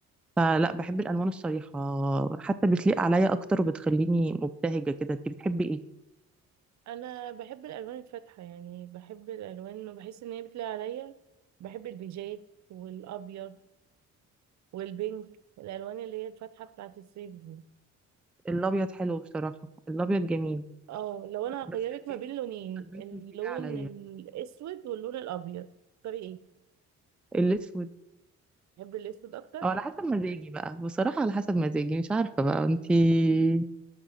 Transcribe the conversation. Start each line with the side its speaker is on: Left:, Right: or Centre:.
Centre: فلا بحب الالوان الصريحه حتى بتليق عليا اكتر وبتخليني مبتهجه كده انت بتحبي ايه
Right: انا بحب الالوان الفاتحه يعني بحب الالوان وبحس ان هي بتلاقي عليا بحب البيجات والابيض والبينك الالوان اللي هي الفاتحه بتاعت الصيف دي
Centre: الابيض حلو بصراحه الابيض جميل
Right: اه لو انا
Centre: بس
Right: هخيرك
Centre: البيج
Right: ما بين لونين
Centre: البيج
Right: اللون
Centre: مش بيليق عليا
Right: الاسود واللون الابيض تختاري ايه
Centre: الاسود
Right: بحب الاسود اكتر
Centre: او على حسب مزاجي بقى بصراحه على حسب مزاجي مش عارفه بقى انتي